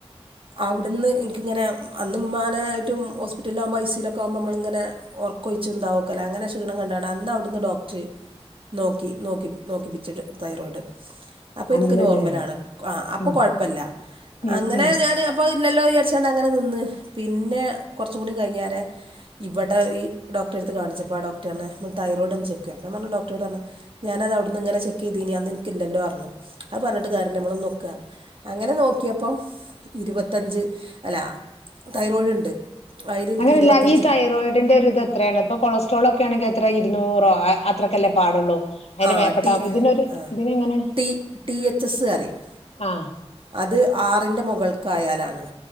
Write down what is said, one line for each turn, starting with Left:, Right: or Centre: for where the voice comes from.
Right: അവിടുന്ന് എനിക്കിങ്ങനെ അന്ന് ഉമ്മാന ആയിട്ടും ഹോസ്പിറ്റല് ആകുമ്പോൾ ഐ സിയിലൊക്കെയാകുമ്പോൾ നമ്മളിങ്ങനെ ഉറക്കൊഴിച്ച് ഇന്താവക്കല്ലേ അങ്ങനെ ക്ഷീണം കണ്ടാണ് അന്ന് അവിടുന്ന് ഡോക്ടർ നോക്കി നോക്കി നോക്കിപ്പിച്ചിട്ട് തൈറോയിഡ് അപ്പോൾ
Left: അന്നല്ലേ
Right: എനിക്ക് നോർമലാണ് അപ്പോ
Left: ഉം
Right: കുഴപ്പില്ല
Left: ഉം
Right: അങ്ങനെ
Left: ഉം
Right: ഞാൻ അപ്പൊ ഇല്ലല്ലോ വിചാരിച്ച് കൊണ്ട് അങ്ങനെ നിന്ന് പിന്നെ കുറച്ചും കൂടി കഴിഞ്ഞാര് ഇവിടെ ഈ ഡോക്റെടുത്ത് കാണിച്ചപ്പോൾ ആ ഡോക്ടറെന്ന് തൈറോയ്ഡ് ഒന്ന് ചെക്ക് ചെയ്യാൻ ഞാൻ പറഞ്ഞ് ഡോക്ടറോട് പറഞ്ഞ് ഞാനത് അവിടുന്ന് ഇങ്ങനെ ചെക്ക് ചെയ്തിനി അന്ന് എനിക്കില്ലല്ലോ പറഞ്ഞു. അത് പറഞ്ഞിട്ട് കാര്യല്ല നമ്മളൊന്ന് നോക്കുക. അങ്ങനെ നോക്കിയപ്പം ഇരുപത്തഞ്ച് അല്ല തൈറോയ്ഡ് ഉണ്ട് അതിൽ എനിക്ക്
Left: അങ്ങനെയല്ല
Right: ഇരുപത്തഞ്ച്
Left: ഈ തൈറോയിഡിന്റെ ഒരിത് എത്രയാണ് ഇപ്പോ കൊളസ്ട്രോൾ ഒക്കെ ആണെങ്കിൽ എത്ര ഇരുന്നൂറോ അത്രയ്ക്കല്ലേ പാടുള്ളൂ അതിന്
Right: ആ
Left: മേപ്പെട്ട
Right: ടി
Left: ഇതിനൊരു
Right: ആ
Left: ഇതിന് എങ്ങനെ
Right: ടി ടി എച്ച് എസ് പറയും
Left: ആഹ്
Right: അത് ആറിന്റെ മുകൾക്കായാലാണ്